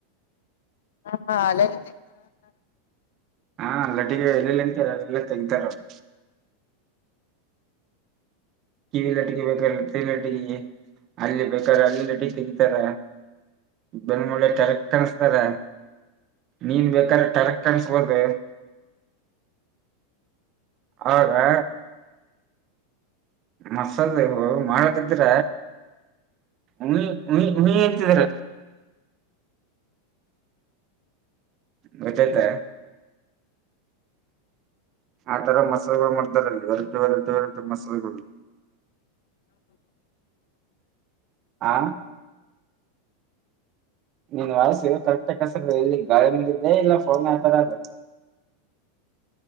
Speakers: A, on the left (about 70°); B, on the right (about 40°).
A: ಹಾ ಹಾ ಅಲ್ಲ <unintelligible>
B: ಹಾ ಲಲ್ಲಟಿಗೆ ಎಲ್ಲಲ್ಲ ಎಂತ ಎಲ್ಲ ತೆಗತಾರ ಅವರು ಕಿವಿ ಲಟ್ಟಕಿ ಬೇಕಾದ್ರಲಟ್ಟಗಿ ಅಲ್ಲಿ ಬೇಕಾದ್ರೆ ಅಲ್ಲಿ ಬೇಕಂದ್ರ ಅಲ್ಲಿ ಲಟ್ಟಕಿ ತೆಗತಾರ ಬೆನ್ಮೂಲೆ ಟರಕ್ ಕನ್ಸ್ತಾರ ಮೀನ್ ಬೇಕಾದ್ರೆ ಟರಕ್ ಕನ್ಸ್ಬೋದು ಹೌದಾ ಮಸಾಜೀವು ಮಾಡಕಿದ್ರ ಉಯಿ ಉಯಿ ಉಯಿ ಅಂತಿದ್ರ. ಗೊತ್ತೇತ್ ಆತರ ಮಸಾಲೆಗಳು ಮಾಡ್ತಾರಲ್ಲಿ ವೆರೈಟಿ ವೆರೈಟಿ ವೆರೈಟಿ ಮಸಾಲೆಗಳು. ಆ ನಿನ್ ವಯಸ್ಸ್ ಕರೆಕ್ಟ್ ಕೆಸರ ಇಲ್ಲಿ ಗಾಳಿ ಮಿದ್ದೆ ಇಲ್ಲ ಫೋನ್ ಆತರ ಅ